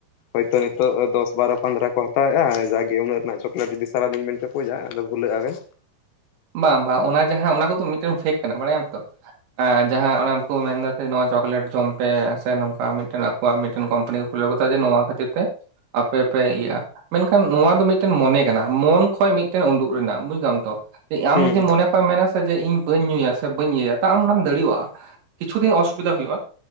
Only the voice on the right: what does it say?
ᱵᱟᱝ, ᱵᱟᱝ ᱚᱱᱟ ᱡᱟᱦᱟᱸ ᱚᱱᱟ ᱠᱚ ᱫᱚ ᱢᱤᱫᱴᱮᱱ ᱯᱷᱮᱠ ᱠᱟᱱᱟ ᱵᱟᱲᱟᱭᱟᱢ ᱛᱚ ᱾ ᱦᱮᱸ ᱡᱟᱦᱟᱸ ᱚᱱᱟᱠᱩ ᱢᱮᱱ ᱫᱟ ᱥᱮ ᱱᱚᱣᱟ ᱪᱚᱠᱞᱮᱴ ᱡᱚᱢ ᱯᱮ ᱥᱮ ᱱᱚᱝᱠᱟ ᱢᱤᱫᱴᱮᱱ ᱟᱠᱣᱟᱜ ᱢᱤᱫ ᱴᱮᱱ ᱠᱳᱢᱯᱟᱱᱤ ᱠᱚ ᱠᱷᱩᱞᱟᱹᱣ ᱟᱠᱟᱫᱟ ᱡᱮ ᱱᱚᱣᱟ ᱠᱷᱟᱹᱛᱤᱨ ᱛᱮ ᱟᱯᱮ ᱯᱮ ᱤᱭᱟᱹᱼᱟ ᱢᱮᱱᱠᱷᱟᱱ ᱱᱚᱣᱟ ᱫᱚ ᱢᱤᱫ ᱴᱮᱱ ᱢᱚᱱᱮ ᱠᱟᱱᱟ, ᱢᱚᱱ ᱠᱷᱚᱱᱚᱡ ᱢᱤᱫ ᱴᱮᱱ ᱩᱰᱩᱩᱜ ᱨᱮᱱᱟᱜ ᱵᱩᱡᱫᱟᱢ ᱛᱚ᱾ ᱟᱢ
ᱡᱩᱫᱤ ᱢᱚᱱᱮ ᱠᱷᱚᱡ ᱢᱮᱱᱟ ᱥᱮ ᱡᱮ ᱤᱧ ᱵᱟᱹᱧ ᱧᱩᱭᱟ ᱥᱮ ᱵᱟᱹᱧ ᱤᱭᱟᱹᱭᱟ ᱛᱚ ᱟᱢ ᱫᱟᱲᱮᱭᱟᱜᱼᱟ, ᱠᱤᱪᱷᱩ ᱫᱤᱱ ᱚᱥᱩᱵᱤᱫᱟ ᱦᱩᱭᱩᱜᱭᱼᱟ᱾